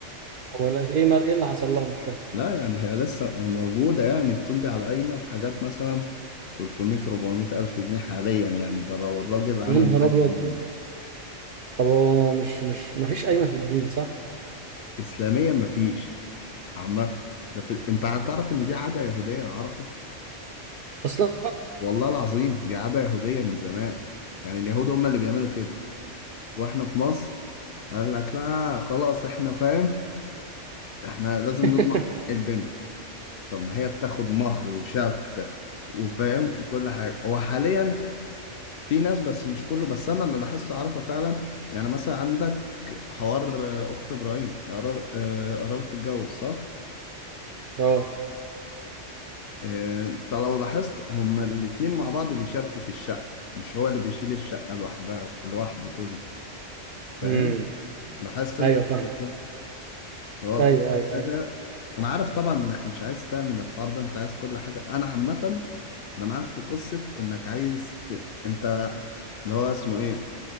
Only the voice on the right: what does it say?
هو لا- ايه مال ايه اللي حصل لها مش فاهم
يا نهار
ابيض
طب هو مش مش مفيش قايمه في الدين صح
اصلا
<laughs>
اه
امم
ايوه
فاهم
ايوه
ايوه
ايوه